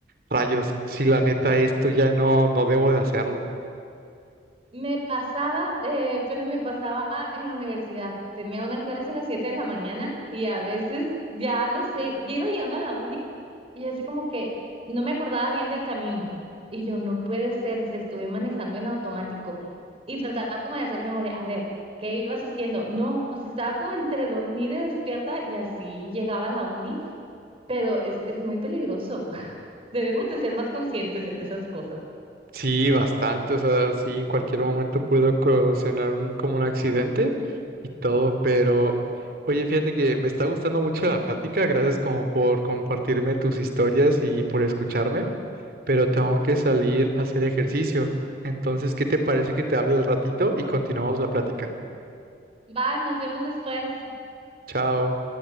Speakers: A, on the right; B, on the right.
A: rayos, si la neta esto ya no, no debo de hacerlo.
B: Me pasaba, eh, pero me pasaba en la universidad. Tenía una clase a las 7 de la mañana y a veces ya no sé, ya iba llegando a la uni y así como que no me acordaba bien del camino. Y yo no puede ser, o sea, estuve manejando en automático y trataba como de hacer memoria. A ver, ¿qué ibas haciendo? No, o sea, estaba como entre dormida y despierta y así llegaba a la uni, pero es, es muy peligroso. <laughs> Debemos de ser más conscientes en esas cosas.
A: Sí, bastante, o sea, sí, en cualquier momento pudo ocasionar un, como un accidente y todo, pero oye, fíjate que me está gustando mucho la plática, gracias como por compartirme tus historias y por escucharme, pero tengo que salir a hacer ejercicio. Entonces, ¿qué te parece que te hable al ratito y continuamos la plática?
B: Va, nos vemos después.
A: Chao.